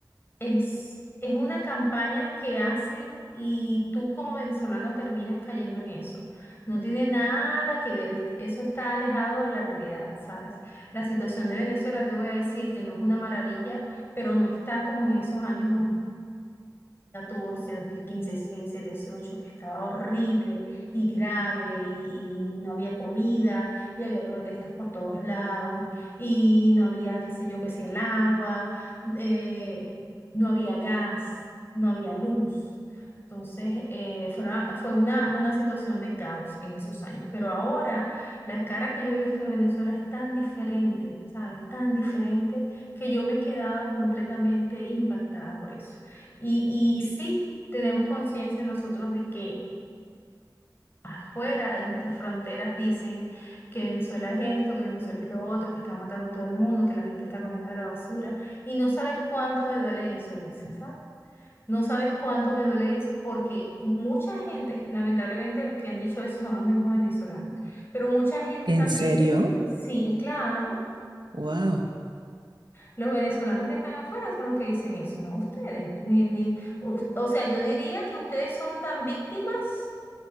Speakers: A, on the left (about 30°); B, on the right (about 80°).
A: es, es una campaña que hacen y tú como venezolano terminas cayendo en eso. No tiene nada que ver, est- eso está alejado de la realidad, ¿sabes? La situación de Venezuela, te voy a decir que no es una maravilla, pero no está como en esos años 2000, 2014, 2015, 16, 17, 18, que estaba horrible y grave y, y no había comida y había protestas por todos lados y no había, qué sé yo, qué si el agua eh, no había gas, no había luz. Entonces, eh, fuera- fue una, una situación de caos en esos años. Pero ahora la cara que yo he visto de Venezuela es tan diferente, ¿sabes? Tan diferente que yo me he quedado completamente impactada por eso. Y, y sí, tenemos conciencia nosotros de que afuera de nuestras fronteras dicen que Venezuela es esto, que Venezuela es lo otro, que están matando a todo el mundo, que la gente está comiendo de la basura. Y no sabes cuánto me duele eso, Elisa, ¿sabes? No sabes cuánto me duele eso porque mucha gente, lamentablemente los que han dicho eso son los mismos venezolanos, pero mucha gente
B: ¿En
A: también
B: serio?
A: que está- sí, claro,
B: Wow.
A: los venezolanos que están afuera son los que dicen eso, no ustedes. Ni, ni, o, o sea, yo diría que ustedes son tan víctimas